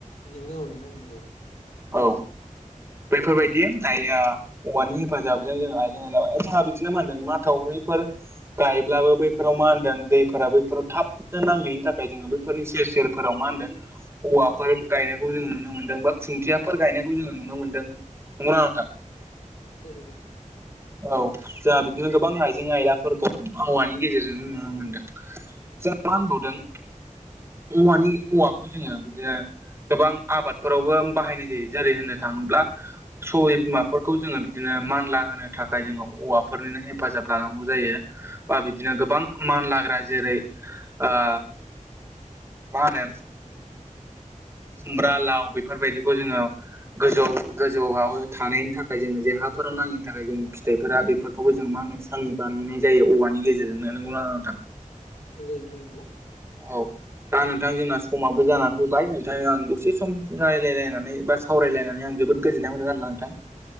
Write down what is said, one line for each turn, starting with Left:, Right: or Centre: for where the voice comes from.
Left: नंगौ नोंथां नंगौ।
Right: औ बेफोरबायदि औवानि हेफाजाबजों जों आइजें आइला जोंहा बिदिनो मा होनदों माथावरिफोर गायब्लाबो बै बेफोराव मा होनदों दैफोरा बैफोराव थाबनो नांहैनि थाखाय जोङो बैफोरनि सेर सेरफोराव मा होनदों औवाफोर गायनायखौ जोङो नुनो मोन्दों बा खुन्थियाफोर गायनायखौ जोङो नुनो मोन्दों। नंगौना नङा नोंथां
Left: नंगौ नंगौ।
Right: औ जोंहा बिदिनो गोबां आइजें आयलाफोरखौ औवानि गेजेरजों नुनो मोनदों जों मा होनबावदों औवानि औवाखौ जोङो बिदिनो गोबां आबादफोरावबो बाहायनाय जायो जेरै होननो थाङोब्ला सबाय बिमाफोरखौ जोङो बिदिनो मानला होनो थाखाय जोङो औवाफोरनिनो हेफाजाब लानांगौ जायो। बा बिदिनो गो बां मानलाग्रा जेरै ओ मा होनो खुमब्रा लाव बेफोरबायदिखौ जोङो गोजौआव गोजौआव थानायनि थाखाय जोङो जेहाफोराव नाङैनि थाखाय जोंनि फिथाइफोरा बेफोर खौबो जों मा होनदों सांनि बानायनाय जायो औवानि गेजेरजोंनो नोंगौ ना नोंथां?
Left: नंगौ नोंथां नोंगौ।
Right: औ दा नोंथां जोंना समाबो जानानै फैबाय नोंथां आं दसे सम रायलाय लायनानै बा सावरायलायनानै आं जोबोद गोजोननाय मोनदों आरोना नोंथां।